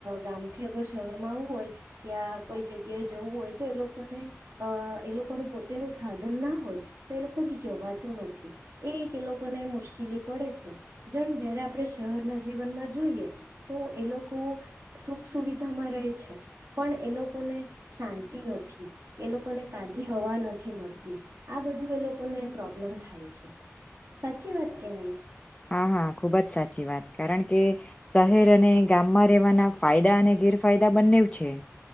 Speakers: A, on the right (about 80°); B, on the left (about 15°).
A: ગામથી ગ શહેરમાં આવવું હોય યા કોઈ જગ્યાએ જવું હોય તો એ લોકોને અ એ લોકોને પોતેનું સાધન ના હોય તો એ લોકો જવાતું નથી એ એ લોકોને મુશ્કેલી પડે છે જયારે આપણે શહેરના જીવનમાં જોઈએ તો એ લોકો સુ સુક સુવિધામાં રહે છે પણ એ લોકોને શાંતિ નથી એ લોકોને તાજી હવા નથી મળતી આ બધું એ લોકોને પ્રોબ્લેમ થાય છે સાચી વાત કે નહી
B: હા હા ખુબ જ સાચી વાત કારણ કે શહેર અને ગામમાં રહેવાના ફાયદા અને ગેરફાયદા બંને છે